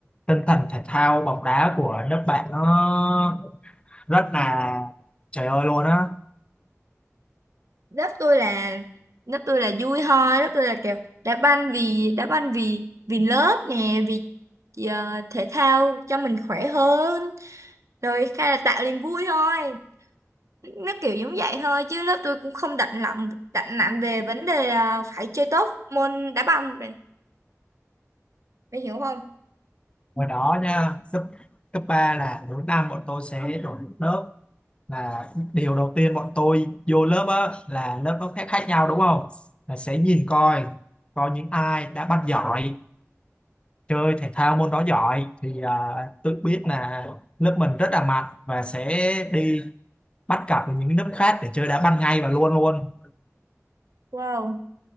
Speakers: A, on the left; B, on the right.
A: tinh thần thể thao bóng đá của nước bạn nó rất là trời ơi luôn á.
B: lớp tôi là lớp tôi là vui thôi lớp tôi là kiểu đá banh vì đá banh vì vì lớp nè vì ờ, thể thao cho mình khỏe hơn rồi khai là tạo niềm vui thôi nó kiểu giống vậy thôi chứ lớp tôi cũng không đặt nặng đặt nặng về vấn đề ờ, phải chơi tốt môn đá banh mày hiểu không
A: Ngoài đó nha, cấp cấp 3 là mỗi năm bọn tôi sẽ đổi một lớp là điều đầu tiên bọn tôi vô lớp á là lớp nó khác khác nhau đúng không? Là sẽ nhìn coi coi những ai đã bắt giỏi, chơi thể thao môn đó giỏi thì à, tự biết là lớp mình rất là mạnh và sẽ đi bắt cặp với những nước khác để chơi đá ban ngày và luôn luôn
B: wow